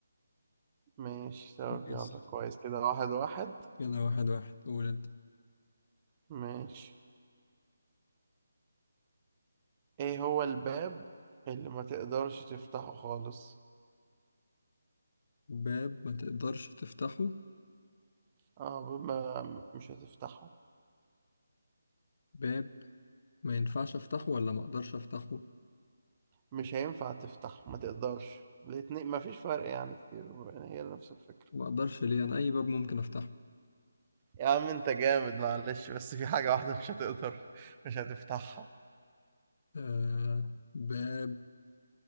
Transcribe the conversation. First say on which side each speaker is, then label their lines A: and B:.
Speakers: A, on the right (about 25°); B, on the left (about 45°).
A: ماشي طب
B: ماشي
A: يلا كويس كده واحد واحد
B: كده واحد واحد قول أنت
A: ماشي ايه هو الباب اللي ما تقدرش تفتحه خالص
B: باب ما تقدرش تفتحه
A: اه باب ما مش هتفتحه
B: باب ما ينفعش أفتحه ولا ما أقدرش أفتحه
A: مش هينفع تفتح ما تقدرش الاتنين ما فيش فرق يعني كتير يعني هي نفس الفكرة
B: ما أقدرش ليه أنا أي باب ممكن أفتحه
A: يا عم انت جامد معلش بس في حاجة واحدة مش هتقدر مش هتفتحها
B: آه باب